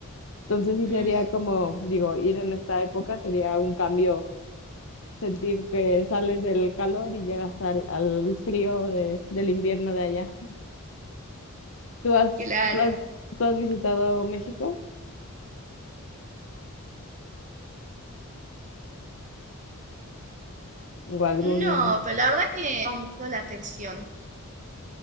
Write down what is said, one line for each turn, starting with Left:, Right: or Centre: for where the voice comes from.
Left: Entonces sí
Right: Mm,
Left: sería como, digo, ir en esta época sería un cambio, sentir que sales del calor y llegas al, al frío de, del invierno de allá. ¿Tú has,
Right: claro.
Left: tú has, tú has visitado México? o algún...
Right: No, pero la verdad que llama mucho la atención.